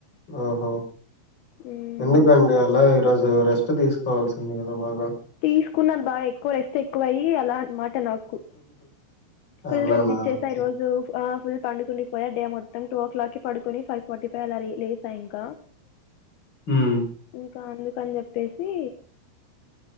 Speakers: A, on the left; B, on the left.
A: ఓహో,
B: మ్మ్
A: ఎందుకండి అలా ఈరోజు రెస్ట్ తీసుకోవాల్సింది కదా బాగా!
B: తీసుకున్న బా ఎక్కువ, రెస్ట్ ఎక్కువయ్యి అలా అనమాట నాకు ఫుల్
A: అలాన
B: రెస్ట్ ఇచ్చేసా
A: ఓకె.
B: ఈరోజు ఆ ఫుల్ పండుకుండిపోయ. డే మొత్తం. టూ ఓ క్లాకి పడుకొని ఫైవ్ ఫార్టీ పై అలా రి లేసా ఇంక.
A: మ్
B: ఇంక అందుకని చెప్పేసి,